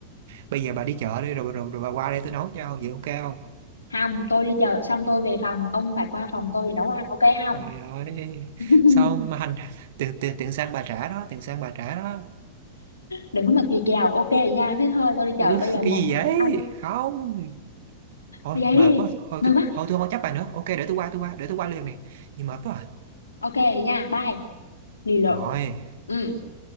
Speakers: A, on the right; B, on the left.
A: bây giờ bà đi chợ đi rồi, rồi rồi bà qua đây tôi nấu cho vậy ok không?
B: không tôi đi chợ xong tôi về phòng ông phải qua phòng tôi để nấu ăn ok không
A: Trời ơi.
B: <laughs>
A: Sao mà hành tiền tiền tiền xăng bà trả đó, tiền xăng bà trả đó.
B: đừng có mà gì kèo ok nha thế thôi tôi đi
A: ừ,
B: chợ
A: <laughs>
B: bây giờ một
A: cái gì vậy
B: ông
A: không thôi
B: giấy
A: mệt
B: đi
A: quá thôi
B: mời
A: tôi
B: quá
A: thôi tôi không có chấp bài nữa ok để tôi qua tôi qua để tôi qua liền này nhìn mệt quá à.
B: ok nha bye lì lợm
A: rồi
B: ừ